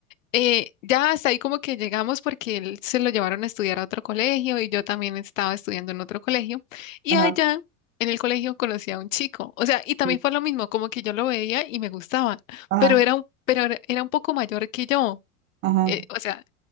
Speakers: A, on the left; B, on the right.
A: Eh, ya hasta ahí como que llegamos porque él se lo llevaron a estudiar a otro colegio y yo también estaba estudiando en otro colegio. Y
B: Ajá,
A: allá en el colegio conocí a un chico. O sea, y también
B: sí,
A: fue lo mismo, como que yo lo veía y me gustaba,
B: ajá,
A: pero era un, pero era era un poco mayor que yo.
B: ajá,
A: Eh, o sea,